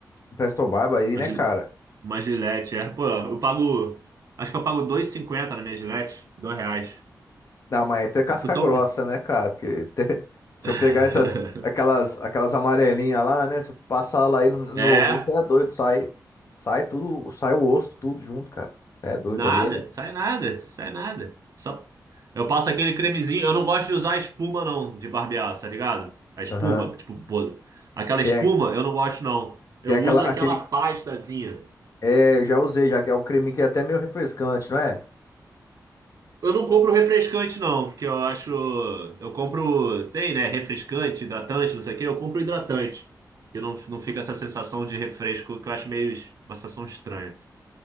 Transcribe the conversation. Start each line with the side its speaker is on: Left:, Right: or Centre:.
Left: Um Presto Barba aí,
Right: Uma,
Left: né,
Right: gil-
Left: cara?
Right: uma gilete, é. Pô, eu pago. Acho que eu pago dois e cinquenta na minha gilete. Dois reais.
Left: Não, mas tu é casca
Right: Isso porque
Left: grossa,
Right: eu.
Left: né, cara? Porque te- <laughs> se eu pegar
Right: <laughs>
Left: essas, aquelas, aquelas amarelinhas lá, né? Se eu passar lá aí no no
Right: É,
Left: meu rosto, você é doido, sai, sai tudo, sai o osso, tudo junto, cara. É doido
Right: nada,
Left: ali. É...
Right: sai nada, sai nada. Só... Eu passo aquele cremezinho. Eu não gosto de usar espuma, não, de barbear, tá ligado? A espuma,
Left: Aham.
Right: tipo, bo- aquela
Left: Tem,
Right: espuma,
Left: a-
Right: eu não gosto, não. Eu
Left: tem aquela,
Right: uso aquela
Left: aquele,
Right: pastazinha.
Left: é, eu já usei, já que é um creme que é até meio refrescante, não é?
Right: Eu não compro refrescante, não, que eu acho. Eu compro. Tem, né? Refrescante, hidratante, não sei o quê. Eu compro hidratante. Que não, não fica essa sensação de refresco, que eu acho meio uma sensação estranha.